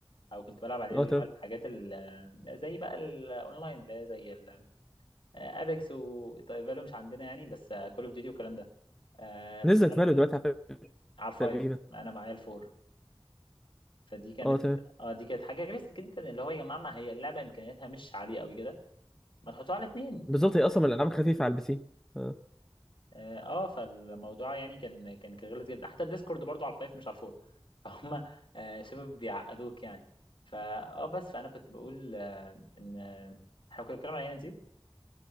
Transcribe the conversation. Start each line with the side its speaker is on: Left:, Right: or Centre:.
Left: او كنت بلعب عليه
Centre: اه
Left: اللي
Centre: تمام
Left: هو الحاجات ال- آه، زي بقى الاونلاين اللي هي زي ابيكس وفالو مش عندنا يعني بس كول اوف ديوتي والكلام ده آه،
Centre: نزلت فالو دلوقتي على فكره
Left: على الفايف
Centre: تقريبا
Left: انا معايا الفور فدي كانت
Centre: اه تمام
Left: اه دي كانت حاجه غلسه جدا اللي هو يا جماعه ما هي اللعبه امكانياتها مش عاليه قوي كده ما تحطوها على اتنين
Centre: بالظبط هي اصلا من الالعاب الخفيفه على البي سي آه،
Left: اه آه، فالموضوع يعني كان كان كان غلط جدا حتى الديسكورد برضو على الفايف مش على الفور <laughs> فهم آه، شبه بيعقدوك يعني فا اه بس فانا كنت بقول آه، ان آه، احنا كنا بنتكلم على اي ام سي